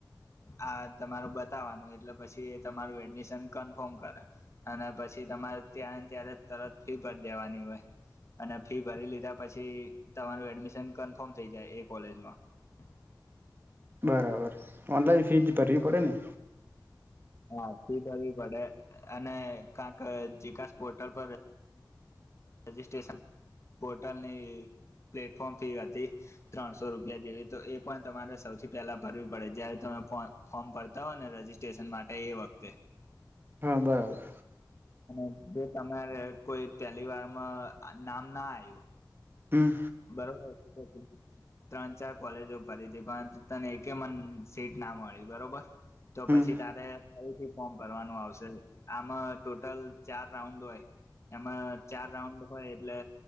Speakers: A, on the left; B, on the right.
A: આ તમારું બતાવવાનું એટલે પછી એ તમારું એડમિશન કન્ફર્મ કરે અને પછી તમારે ત્યારે ત્યારે તરત ફી ભરી દેવાની હોય અને ફી ભરી લીધા પછી તમારું એડમિશન કન્ફર્મ થઈ જાય એ કોલેજમાં
B: બરાબર ઓનલાઈન ફીજ ભરવી પડે ને
A: હા ફી ભરવી પડે અને <unintelligible> જીકાસ પોર્ટલ પર રજિસ્ટ્રેશન પોર્ટલની પ્લેટફોર્મ ફી હતી ત્રણસો રૂપિયા જેવી તો એ પણ તમારે સૌથી પહેલા ભરવી પડે જ્યારે તમે ફોર્મ ભરતા હો ને રજીસ્ટ્રેશન માટે એ વખતે
B: હા બરાબર
A: અને જો તમારે કોઈ પહેલી વારમાં નામ ના આયું
B: હમ
A: બરોબર ત્રણ ચાર કોલેજો ફરી તી પણ તને એકયમાં સીટ ના મળી બરોબર તો
B: હમ
A: પછી તારે <unintelligible> ફોર્મ ભરવાનું આવશે આમાં ટોટલ ચાર રાઉન્ડ હોય એમાં ચાર રાઉન્ડ હોય એટલે